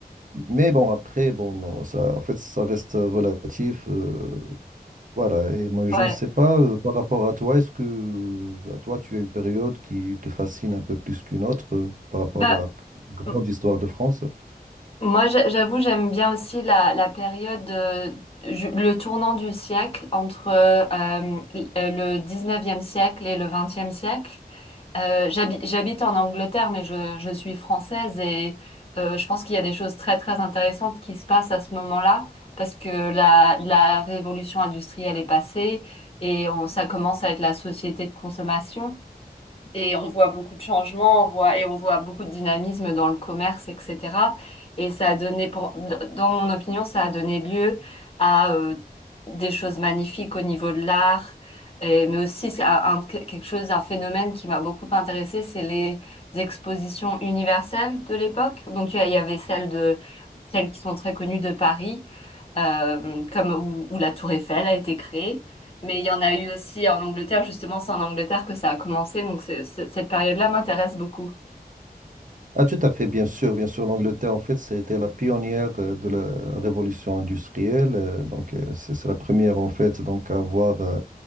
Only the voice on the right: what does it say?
Mais bon, après, bon, ça, en fait, ça reste relatif. euh, voilà, et moi, je
ne sais pas, euh, par rapport à toi, est-ce que euh, à toi, tu as une période qui te fascine un peu plus qu'une autre euh, par rapport
à la grande
histoire de France?
Ah, tout à fait, bien sûr, bien sûr. L'Angleterre, en fait, c'était la pionnière euh, de la révolution industrielle. euh, Donc, euh, c'est c'est la première, en fait, donc, à avoir euh,